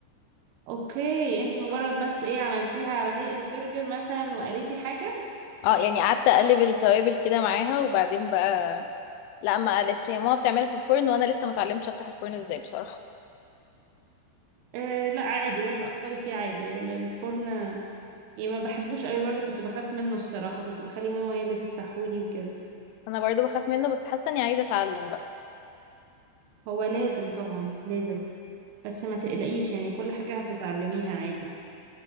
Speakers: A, on the right; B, on the left.
A: اوكي انتي مجرد بس ايه عملتيها على هيئة برجر مثلا وقريتي حاجة
B: اه يعني قعدت اقلب التوابل كده معاها وبعدين بقى لا ما قالتش هي ماما بتعملها في الفرن وانا لسه ما اتعلمتش افتح الفرن ازاي بصراحة
A: آه لا عادي ده تأخري فيه عادي ال- الفرن يعني ما بحبوش قوي برضه كنت بخاف منه الصراحة كنت بخلي ماما هي اللي تفتحهولي وكده
B: انا برضو بخاف منه بس حاسة اني عايزة اتعلم بقى
A: هو لازم طبعا لازم بس ما تقلقيش يعني كل حاجة هتتعلميها عادي